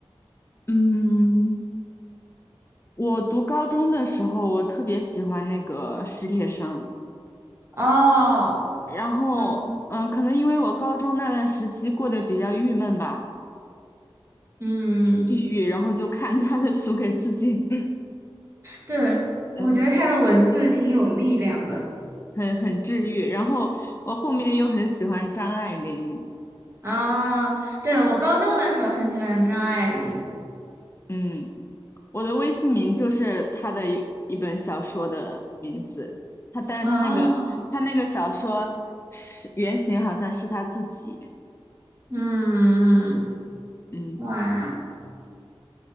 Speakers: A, on the left; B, on the right.
A: 嗯，我读高中的时候，我特别喜欢那个史铁生，
B: 哦，
A: 然后嗯，
B: 嗯
A: 可能因为我高中那段时期过得比较郁闷吧，
B: 嗯，
A: 抑郁，然后就看他的书给自己，<laughs>
B: 对，
A: 嗯，
B: 我觉得他的文字挺有力量的。
A: 很很治愈。然后我后面又很喜欢张爱玲，
B: 啊。对，我高中的时候很喜欢张爱玲。
A: 嗯。我的微信名就是他的一一本小说的名字，他但是他那个他那个小说是原型好像是他自己，
B: 哦，嗯，
A: 嗯，
B: 哇。